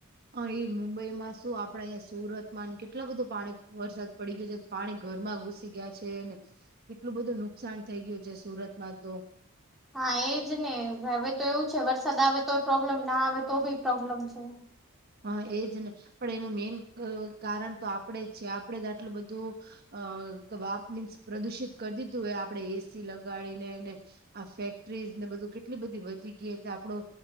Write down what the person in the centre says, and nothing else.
હા એજ ને હવે તો એવું છે વરસાદ આવે તો એ પ્રોબ્લેમ ના આવે તો ભી પ્રોબ્લેમ છે.